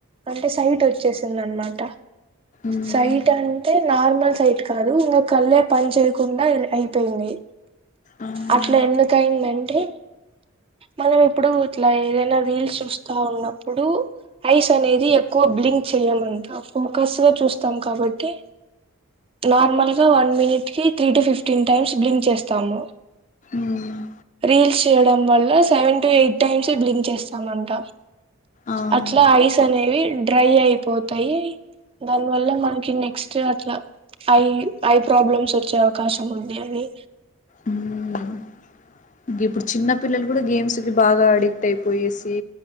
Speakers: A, on the right (about 25°); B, on the left (about 35°).
A: అంటే సైట్ వచ్చేసింది అనమాట
B: మ్మ్
A: సైట్ అంటే నా నార్మల్ సైట్ కాదు ఇంకా కళ్ళే పని చేయకుండా అయిపోయింది
B: అవును
A: అట్లా ఎందుకయిందంటే మనం ఇప్పుడు ఇట్లా ఏదైనా రీల్స్ చూస్తా ఉన్నప్పుడు ఐస్ అనేది ఎక్కువ బ్లింక్ చేయమంటాం ఫోకస్ గా చూస్తాం కాబట్టి నార్మల్ గా వన్ మినిట్ కి three to fifteen times blink చేస్తాము
B: మ్మ్
A: రీల్స్ చేయడం వల్ల seven to eight times blink చేస్తామంట
B: అవును
A: అట్లా ఐస్ అనేవి డ్రై అయిపో పోతాయి దాని వల్ల మనకి నెక్స్ట్ అట్లా ఐ ఐ ప్రాబ్లమ్స్ వచ్చే అవకాశం ఉంది అని
B: ఉమ్ గిప్పుడు చిన్న పిల్లలు కూడా గేమ్స్ కి బాగా అడిక్ట్ అయిపోయేసి